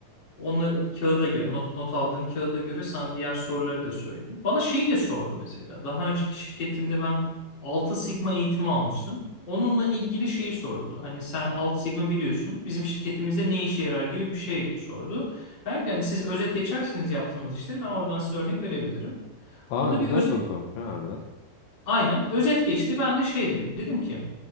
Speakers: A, on the left (about 25°); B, on the left (about 75°).
A: onları kağıda göre not, not aldığım kağıda göre sana diğer soruları da söyleyeyim. Bana şeyi de sordu mesela. Daha önceki şirketimde ben altı Sigma eğitimi almıştım. Onunla ilgili şeyi sordu. Hani sen altı Sigma biliyorsun. Bizim şirketimizde ne işe yarar gibi bir şey sordu. Belki hani siz özet geçersiniz yaptığınız işleri ben oradan size örnek verebilirim.
B: Aa
A: O da
B: güzel
A: bir özet
B: soru sormuş ha harbiden.
A: aynen özet geçti. Ben de şey dedim. Dedim ki